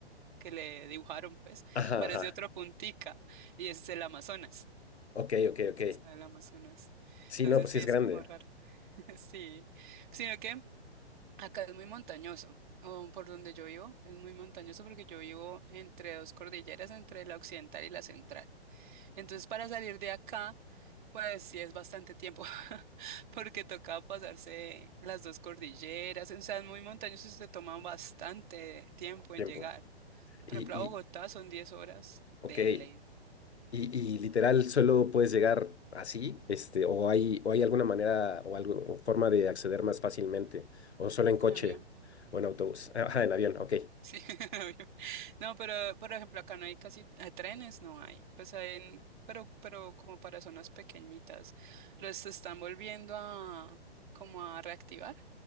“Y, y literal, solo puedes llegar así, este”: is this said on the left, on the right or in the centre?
Left